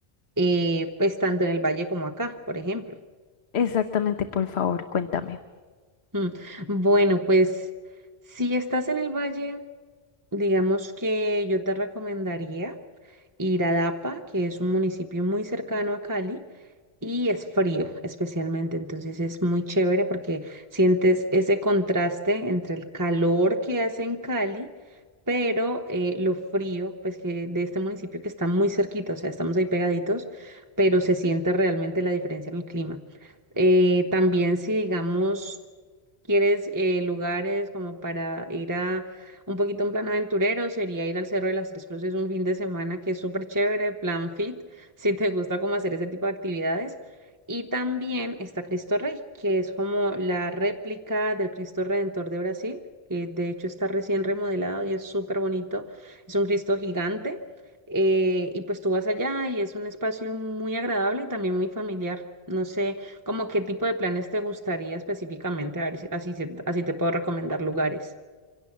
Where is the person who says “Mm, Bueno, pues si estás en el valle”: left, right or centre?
Right